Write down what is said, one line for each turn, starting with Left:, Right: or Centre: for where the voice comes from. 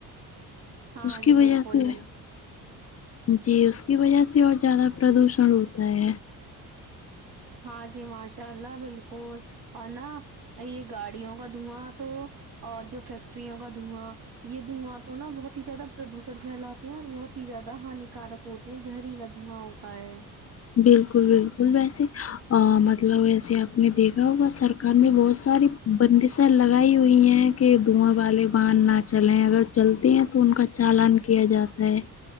Right: ہاں
Left: اس کی
Right: جی
Left: وجہ
Right: بالکل
Left: سے
Right: بالکل
Left: جی اس کی وجہ سے اور زیادہ پردوشن ہوتا ہے
Right: ہاں جی ماشاء اللہ بالکل اور نا یہ گاڑیوں کا دھواں تو اور جو فیکٹریوں کا دھواں یہ دھواں تو نہ بہت ہی زیادہ پردوشن پھیلاتے ہیں اور بہت ہی زیادہ ہنیکارک ہوتے زہریلا دھواں ہوتا ہے
Left: بالکل بالکل ویسے مطلب ایسے آپ نے دیکھا ہوگا سرکار نے بہت ساری بندشیں لگائی ہوئی ہیں کہ دھواں والے بن نہ چلے اگر چلتے ہیں تو ان کا چالن کیا جاتا ہے